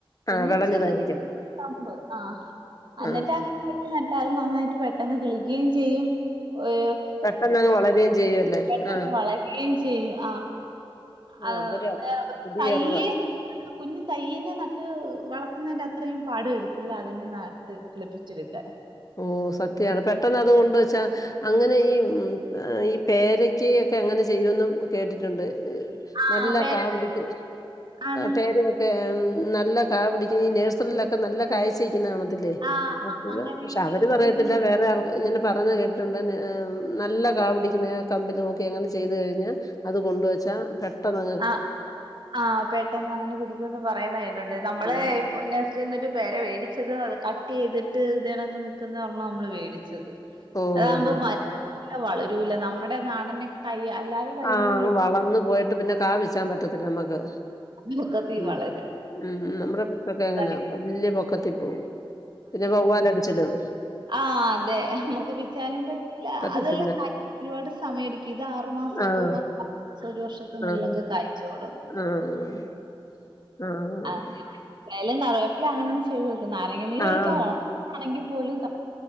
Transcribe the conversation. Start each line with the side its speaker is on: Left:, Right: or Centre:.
Right: പിന്നെ
Left: ആ വെളഞ്ഞതായിരിക്കും.
Right: ഇച്ചിരി കമ്പ്, ആഹ് അന്നിട്ട്
Left: ആ.
Right: അങ്ങ എന്നിട്ട് നട്ടാൽ അത് നന്നായിട്ട് പെട്ടെന്ന് കിളിക്കുകയും ചെയ്യും. ഒരു
Left: പെട്ടെന്നങ് വളരുകയും ചെയ്യുവല്ലേ.
Right: പെട്ടന്ന്
Left: ആ.
Right: വളരുകയും ചെയ്യും. ആ
Left: ഓ
Right: അഹ്
Left: അതൊരു പുതിയ
Right: പയ്യെ.
Left: അറിവാ.
Right: കുഞ്ഞ് തയ്യന്നെ നട്ട് വളർത്തുന്നതിന്റെ അത്രയും പാട് വരത്തില്ല. അതിനെ നട്ട് കിളിപ്പിച്ചെടുക്കാൻ.
Left: ഓ സത്യാണ്. പെട്ടെന്ന് അത് കൊണ്ടവെച്ചാ അങ്ങനെ ഈ ഈ പേരക്ക ഒക്കെ അങ്ങനെ ചെയ്യുന്ന് കേട്ടിട്ടുണ്ട്.
Right: ആഹ്
Left: നല്ല
Right: പേര
Left: കാ പിടികും.
Right: ആണ്
Left: പേരെയോക്കെ നല്ല കാ പിടികും. നേഴ്സറിയിലൊക്കെ നല്ല കായ്ച്ച് ഇരിക്കുനെ കാണത്തില്ലേ.
Right: ആഹ്
Left: അപ്പഴ്
Right: ആഹ് അങ്ങനെ
Left: പക്ഷെ അവര്
Right: ഈ
Left: പറയത്തില്ല.
Right: ഇതിൽ
Left: വേറെ ആൾ ഇങ്ങനെ പറയുന്നെ കേട്ടിട്ടുണ്ട്. നല്ല കാവടിക്ക് കമ്പി തൂക്കി അങ്ങനെ ചെയ്തു കഴിഞ്ഞാൽ അത് കൊണ്ടു വെച്ചാ. പെട്ടെന്ന്
Right: ആഹ ആഹ പെട്ടെന്ന് അങ്ങനെ പിടിക്കുന്ന് പറയുന്ന കേട്ടിട്ടുണ്ട് നമ്മള്
Left: ആഹ്
Right: ഇ നായ്സറിന്ന് ഒരു പേര വേടിച്ചത്, അത് കട്ട് ചെയ്തിട്ട് ഇതെ കണക് നിക്കുന്ന പറഞ്ഞാ നമ്മള് മേടിച്ചത്.
Left: ഓഹോ
Right: അതകുമ്പോ മരം പോലെ വളരൂല്ല. നമ്മുടെ നാടൻ തൈ അല്ലാതെ. തൈവിന്
Left: ആഹ അങ്ങ്
Right: കിളിക്കാൻ
Left: വളർന്നു പോയിട്ട്. പിന്നെ കാപിച്ചാൻ പറ്റത്തില്ല നമ്മക്ക്.
Right: പൊക്കത്തി
Left: ഉ
Right: വളരും
Left: ഉ. നമ്മുടെ ഇവടോക്കെ
Right: ഇതാ
Left: അങ്ങനാ. വലിയ പൊക്കത്തിൽ പോവും. പിന്നെ വവ്വാല അടിച്ചിടും.
Right: ആഹ അതെ നമുക്ക് പിച്ചാനും പറ്റൂല.
Left: പറ്റത്തില്ല
Right: അതെല്ലാം കഴിക്കാൻ ഒരുപാട് സമയ എടുക്കും ഇത് ആ ആറു മാസ ഓക്കേ
Left: ആഹ്
Right: <unintelligible> മാസം ഒരു വർഷത്തിനിലൊക്കെ
Left: ആഹ്
Right: കാഴ്ചോളും. <unintelligible>
Left: ആഹ് ആഹ്
Right: അങ്ങനെ എന്തായാലും <unintelligible> അല്ല അങ്ങനെ ഒന്ന് ചെയ്തോക്ക്. നാരങ്ങ നീര്
Left: ആഹ്
Right: ഒഴിച്ചാൽ ഒണക്കാണെങ്കിപോലും